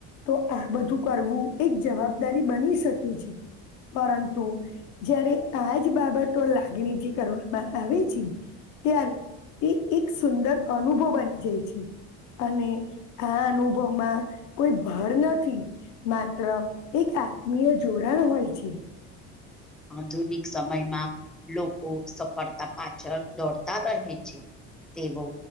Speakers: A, on the left; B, in the centre.
A: તો આ બધું કરવું એક જવાબદારી બની શકે છે. પરંતુ જ્યારે આજ બાબતો લાગણીથી કરવામાં આવે છે. ત્યારે તે એક સુંદર અનુભવ બની જાય છે. અને આ અનુભવમાં કોઈ ભાર નથી. માત્ર એક આત્મીય જોડાણ હોય છે.
B: આધુનિક સમયમાં લોકો સફળતા પાછળ દોડતા રહે છે. તેવો